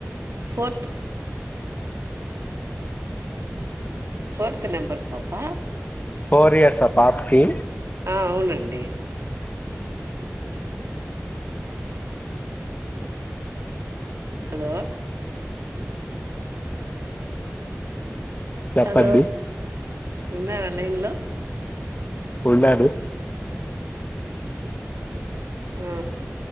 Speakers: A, on the right; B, on the left.
A: ఫోర్త్ ఫోర్త్ నంబర్ పాపా
B: ఫోర్ ఇయర్స్రా పాప్కి
A: ఆ అవునండి హలో
B: చెప్పద్ది
A: హలో ఉన్నారాలైన్ లో
B: ఉళారు
A: ఆ